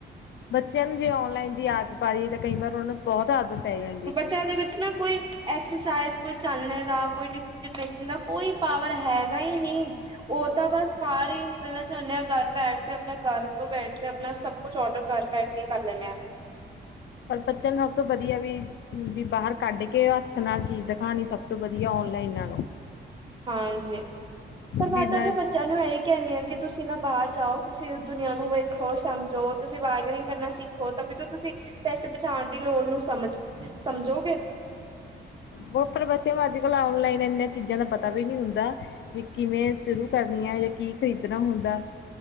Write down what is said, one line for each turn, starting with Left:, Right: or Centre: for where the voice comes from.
Left: ਬੱਚਿਆਂ ਨੂੰ ਜੇ ਔਨਲਾਈਨ ਦੀ ਆਦਤ ਪਾ ਰਹੀ ਹੈ ਤਾਂ ਕਈ ਵਾਰ ਉਹਨਾਂ ਨੂੰ ਬਹੁਤ ਆਦਤ ਪੈ ਜਾਂਦੀ ਹੈ।
Right: ਬੱਚਾਯਾ ਵਿੱਚ ਨਾ ਕੋਈ ਐਕਸਸਾਈਜ਼ ਕੋਈ ਚੱਲਣ ਦਾ, ਕੋਈ ਡਿਸੀਜ਼ ਮੇਕਿੰਗ ਦਾ ਕੋਈ ਪਾਵਰ ਹੈਗਾ ਹੀ ਨਹੀਂ। ਉਹ ਤਾਂ ਬਸ ਬਾਹਰ ਹੀ ਨਿਕਲਣਾ ਚਾਹੁੰਦੇ ਆ ਘਰ ਬੈਠ ਕੇ ਆਪਣਾ ਘਰ ਤੋਂ ਬੈਠ ਕੇ ਆਪਣਾ ਸਭ ਕੁਛ ਔਡਰ ਕਰ ਬੈਠ ਕੇ ਕੀ ਕਰ ਲੈਂਣੇ ਹਾਂ।
Left: ਪਰ ਬੱਚਿਆਂ ਸਭ ਤੋਂ ਵਧੀਆ ਵੀ। ਵੀ ਬਾਹਰ ਕੱਢ ਕੇ ਹੱਥ ਨਾਲ ਚੀਜ਼ ਦਿਖਾਉਣੀ ਸਭ ਤੋਂ ਵਧੀਆ, ਓਨਲਾਈਨ ਨੂੰ।
Right: ਹਾਂ ਜੀ, ਪਰ ਵਾਤਾਵਰਨ
Left: ਵੀ ਮੈਂ
Right: ਬੱਚਿਆਂ ਨੂੰ ਇਹੀ ਕਹਿਿੰਦੀ ਆ ਕਿ ਤੁਸੀਂ ਨਾ ਬਾਹਰ ਜਾਓ, ਤੁਸੀਂ ਦੁਨੀਆਂ ਨੂੰ ਵੇਖੋ, ਸਮਝੋ, ਤੁਸੀਂ ਬਾਰਗਨਿੰਗ ਕਰਨਾ ਸਿੱਖ ਖੋ ਤ ਵੀ ਤੋਂ ਤੁਸੀਂ ਪੈਸੇ ਬਚਾਉਣ ਦੀ ਲੋੜ ਨੂੰ ਸਮਝ ਸਮਝੋਗੇ।
Left: ਪ ਬੱਚਿਆਂ ਨੂੰ ਅੱਜ ਕੱਲ ਨਲਾਈਨ ਇਨਨਾਂ ਚੀਜ਼ਾਂ ਦਾ ਪਤਾ ਵੀ ਨਹੀਂ ਹੁੰਦਾ। ਵੀ ਕਿਵੇਂ ਸ਼ੁਰੂ ਕਰਨੀ ਆ ਜਾਂ ਕੀ ਖ਼ਰੀਦਣਾ ਹੁੰਦਾ।